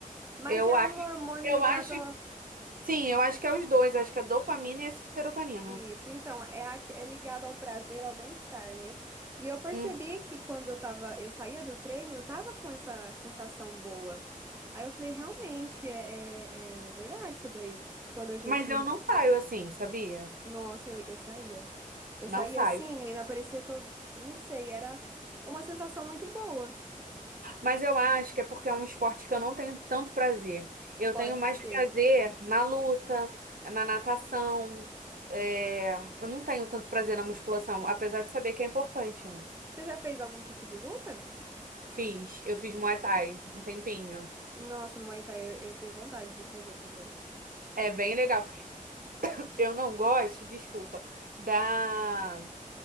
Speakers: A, on the right (about 15°); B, on the right (about 80°).
A: mas
B: Eu
A: é
B: acho,
A: um hormônio
B: eu
A: ligado
B: acho, sim, eu acho que é os dois. Eu acho que é dopamina e a serotonina.
A: Isso, então, é, a- é ligado ao prazer, ao bem-estar, né? E eu percebi
B: Hum.
A: que quando eu tava, eu saía do treino, eu tava com essa sensação boa. Aí eu falei, realmente, é, é, é verdade isso daí. Quando a gente,
B: Mas eu não saio assim, sabia?
A: nossa, eu, eu saía. Eu
B: Não
A: saía
B: saio.
A: assim, menina, parecia que eu, não sei, era uma sensação muito boa.
B: Mas eu acho que é porque é um esporte que eu não tenho tanto prazer. Eu
A: Pode
B: tenho mais
A: ser.
B: prazer na luta, na natação. é, Eu não tenho tanto prazer na musculação, apesar de saber que é importante, né?
A: Você já fez algum tipo de luta?
B: Fiz, eu fiz Muay Thai um tempinho.
A: Nossa, Muay Thai, eu, eu tenho vontade de fazer também.
B: É bem legal. Eu não gosto, desculpa, da,